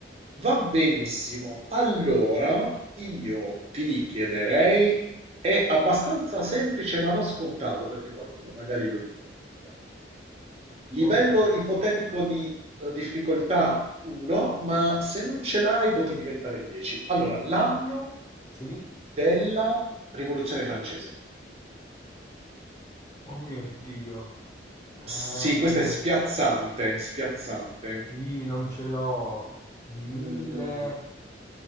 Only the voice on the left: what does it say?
Ok,
sì?
Oh mio Dio. Eh,
sì, non ce l'ho. Mille...